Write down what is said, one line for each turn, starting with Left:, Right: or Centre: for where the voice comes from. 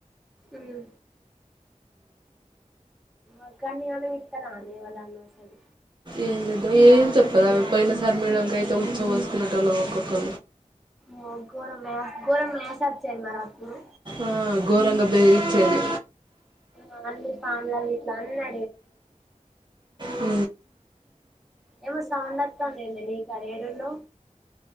Centre: ఉమ్ అగానిన ఇత్తలానే ఎవళ్ళన్న అసలు
Right: ఏం చేద్దా ఏం చెప్పది అవిడ పోయిన సారి మేడం ఉత్సవ వసుకునేట ఒక కొ
Centre: మ గోరంరా గోరం మ సచ్చేది మరిప్పుడు
Right: ఆ గోరంగ బేరిచ్చది
Centre: ఆ అన్ని ఫ్యామిలాలు ఇట్లా అన్నా
Right: అ
Centre: ఏమ సౌండత్తన్న నీ కనీ ఏడన్నా